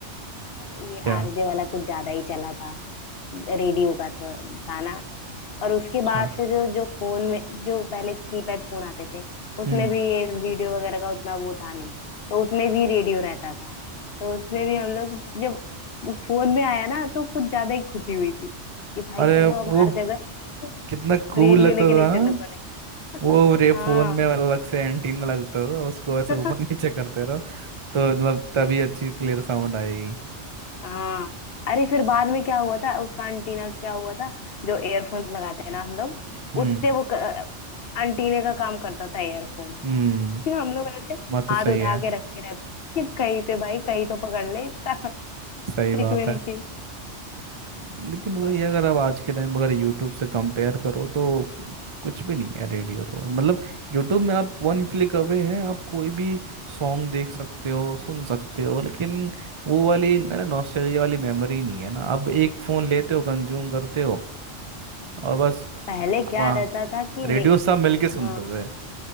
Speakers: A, on the left; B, on the right.
A: अ, ये
B: क्या
A: आरजे वाला कुछ ज्यादा ही चला था रेडियो का तो था ना और उसके
B: अच्छा
A: बाद से जो जो फोन में जो पहले कीपैड फोन आते थे उसमें
B: हम्म
A: भी ये वीडियो वगैरह का उतना वो था नहीं तो उसमें भी रेडियो रहता था तो उसमें भी हम लोग जब फोन में आया ना तो कुछ ज्यादा ही खुशी हुई थी कि भाई
B: अरे
A: चलो
B: वो
A: अब हर जगह <laughs>
B: कितना कूल
A: रेडियो
B: लगता
A: लेके नहीं
B: था
A: चलना
B: ना?
A: पड़ेगा
B: वो
A: <laughs>
B: रे
A: हाँ
B: फोन में अलग से एंटीना लगता था उसको ऐसे
A: <laughs>
B: ऊपर नीचे करते रहो तो मतलब तभी अच्छी क्लियर साउंड आएगी
A: हाँ अरे फिर बाद में क्या हुआ था उसका अंटीना क्या हुआ था जो एयरफोन लगाते हैं ना हम लोग
B: हम्म
A: उससे वो क- अंटीने का काम करता था एयरफोन
B: हम्म
A: <laughs> हम लोग ऐसे
B: बात तो
A: हाथ
B: सही
A: उठा
B: है
A: के रखे रहते कि कहीं पे भाई कहीं तो पकड़ ले इसका <laughs>
B: सही
A: फ्रीक्वेंसी
B: बात है लेकिन वही
A: बढ़िया
B: है, अगर
A: था
B: आप आज के टाइम अगर यूट्यूब से कंपेयर करो तो कुछ भी नहीं है रेडियो तो मतलब यूट्यूब में आप वन क्लिक अवे हैं आप कोई भी सॉन्ग देख सकते हो सुन सकते हो लेकिन वो वाली मेरा नॉस्टैल्जिया वाली मेमोरी नहीं है ना अब एक फ़ोन लेते हो कंज्यूम करते हो और बस
A: पहले क्या
B: वहाँ
A: रहता था कि
B: रेडियो
A: दे
B: सब मिलके सुनते
A: हाँ
B: थे